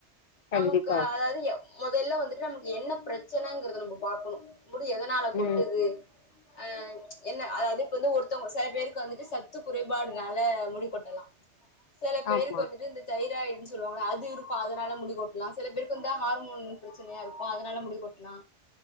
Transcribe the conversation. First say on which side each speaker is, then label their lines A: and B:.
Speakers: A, on the left (about 40°); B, on the left (about 75°).
A: கண்டிப்பா
B: நமக்கு அதாவது எ மொதல்ல வந்துட்டு நமக்கு என்ன பிரச்சனங்றத நம்ம பாக்கணு முடி எதனால கொட்டுது
A: ம்
B: அஹ் என்ன அதாவது இப்ப வந்து ஒருத்தவங்க சில பேருக்கு வந்துட்டு சத்து குறைபாடுனால முடிக்கொட்டலா செல பேருக்கு
A: ஆமா
B: வந்துட்டு இந்த தைராய்ட்ன்னு சொல்லுவாங்கள அது இருக்கு அதனால முடிக்கொட்டலாம் சில பேருக்கு வந்து ஹார்மோன் ப்ரச்சனையா இருக்கு அதனால முடிக்கொட்டலா